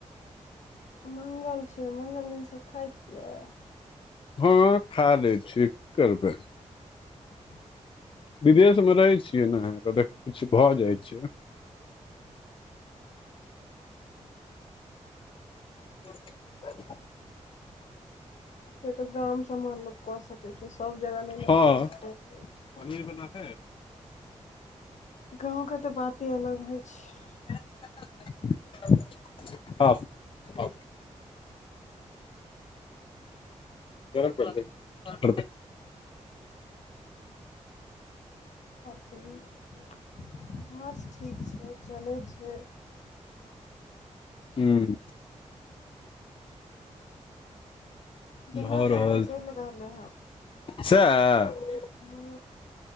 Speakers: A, on the left; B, on the left.
A: मंगल छिय मंगल दिनसँ खाइत छियै?
B: हँ खा लै छी की करबै।
A: खालि
B: विदेशमे रहै छियै नऽ त ओत किछ भऽ जाइ छै खालि
A: से तऽ गाँम सब मे लोक कऽ सकै छै सभ जगह नै न
B: हँ
A: ओते स्पेस होइ छै।
B: पनीर बना दे
A: गाँवके तऽ बाते अलग होइ छै।
B: <unintelligible> अऊ कर परतै करबै।
A: आओर कहियौ आरस ठीक छै चलै छै।
B: ह्म।
A: जेना
B: भऽ
A: तेना
B: रहल छै
A: चलि रहलै हँ
B: सएह
A: हू।